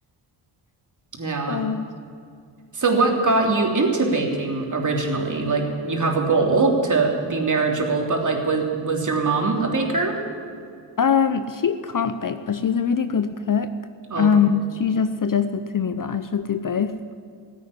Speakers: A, on the right (about 35°); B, on the left (about 40°).
A: Yeah.
B: Gosh.
A: So what got you into baking originally? Like you have a goal to be marriageable, but like was was your mom a baker?
B: Um, she can't bake, but she's a really good cook,
A: Okay.
B: and she just suggested to me that I should do both.